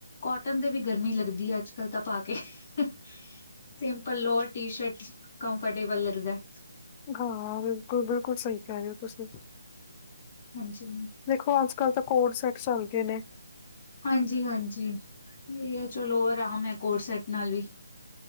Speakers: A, on the left (about 35°); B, on the left (about 15°).
A: ਕਾਟਨ ਦੇ ਵੀ ਗਰਮੀ ਲੱਗਦੀ ਆ ਅੱਜ ਕੱਲ ਤਾਂ ਪਾ ਕੇ। ਸਿੰਪਲ ਲੋ ਟੀ ਸ਼ਰਟ ਕੰਫਰਟੇਬਲ ਲੱਗਦਾ ਏ।
B: ਹਾਂ ਬਿਲਕੁਲ-ਬਿਲਕੁਲ ਸਹੀ ਕਹਿ ਰਹੇ ਹੋ ਤੁਸੀਂ।
A: ਹਾਂਜੀ।
B: ਦੇਖੋ ਅੱਜ ਕੱਲ ਤਾਂ ਕੋਟ ਸੈੱਟ ਚੱਲ ਗਏ ਨੇ।
A: ਹਾਂਜੀ- ਹਾਂਜੀ ਚਲੋ ਹੋਰ ਅਰਾਮ ਹੈ ਕੋਰਸ ਸੈਟ ਨਾਲ ਵੀ।